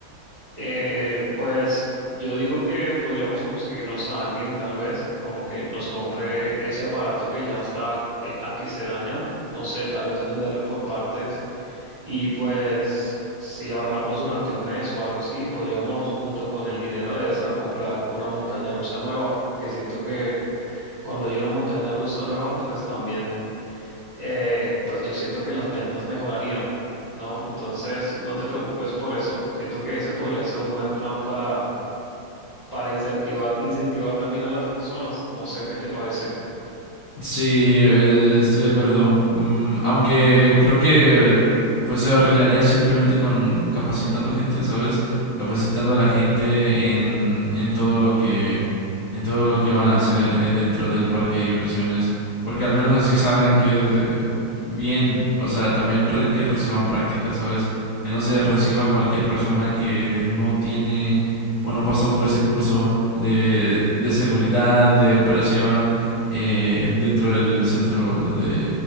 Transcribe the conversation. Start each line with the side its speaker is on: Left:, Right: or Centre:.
Right: Eh, pues yo digo que podríamos conseguirnos a alguien, tal vez, como que nos compre ese aparato que ya está que- a que se daña, no sé, tal vez venderlo por partes y pues si ahorramos durante un mes o algo así, podríamos junto con el dinero de esa comprar una montaña rusa nueva, que siento que cuando hay una montaña rusa nueva, pues también eh, pues yo siento que las ventas mejorarían, ¿no? Entonces, no te preocupes por eso. Siento que ese podría ser un buen plan para, para incentivar, incentivar también a las personas. No sé qué te parece.
Left: Sí, eh, estoy de acuerdo. Mm, aunque creo que eh, pues se arreglaría simplemente con capacitando gente, ¿sabes? Capacitando a la gente en, en todo lo que en todo lo que van a hacer eh, dentro del parque de diversiones, porque al menos así saben que eh, bien, o sea, también re- que reciban prácticas, ¿sabes? Que no se reciba cualquier persona que no tiene o no pasó por ese curso de de seguridad, de operación eh, dentro del centro de,